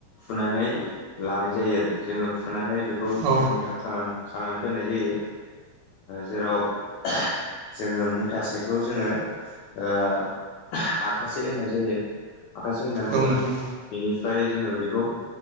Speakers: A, on the left (about 80°); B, on the right (about 80°).
A: फुनानै लानाय जायो आरो जोङो फुनानै बेखौ गायफिननाय
B: औ
A: जायो। मुथा मुथा खानानै दोननाय जायो जेराव जों बेखौ गायनोसै समआव बाहायनाय जायो। जोङो मुथासेखौ जोङो दिरुं लानानै खानायबो‌ जायो। आखाासे होननाय जायो आखाासे होननानै बुङो
B: नोंथां औ नोंथां
A: बेनिफ्राय जों बेखौ‌ गायो। फ्राय जोङो बेखौ